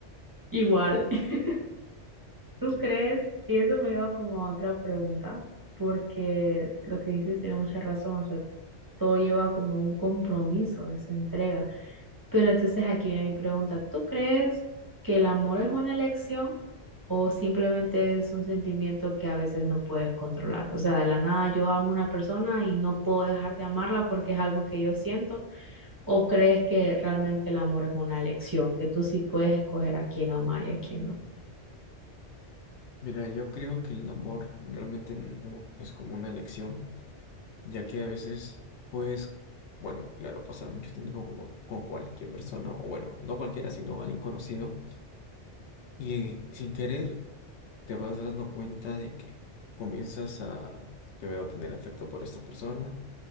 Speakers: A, on the right; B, on the left.
A: igual. <laughs> ¿Tú
B: Claro.
A: crees? Y eso me lleva como a otra pregunta, porque lo que dices tiene mucha razón, o sea, todo lleva como un compromiso, esa entrega. Pero entonces aquí viene mi pregunta, ¿tú crees que el amor es una elección o simplemente es un sentimiento que a veces no puedes controlar? O sea, de la nada yo amo a una persona y no puedo dejar de amarla porque es algo que yo siento, ¿o crees que realmente el amor es una elección, que tú sí puedes escoger a quién amar y a quién no?
B: Mira, yo creo que el amor realmente no es como una elección, ya que a veces puedes, bueno, claro, pasar mucho tiempo con, con cualquier persona, o bueno, no cualquiera, sino alguien conocido, y sin querer te vas dando cuenta de que comienzas a primero tener afecto por esta persona,